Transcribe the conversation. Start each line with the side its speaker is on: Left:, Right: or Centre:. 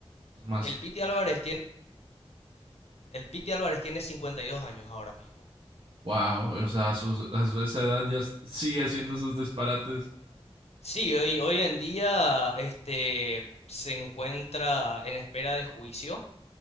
Right: pues más.
Left: El Pity Álvarez tiene, el Pity Álvarez tiene 52 años ahora mismo.
Right: Wow, o sea, a, sus- a su- esa edad ya s- sigue haciendo sus disparates.
Left: Sí, hoy, hoy en día este, se encuentra en espera de juicio.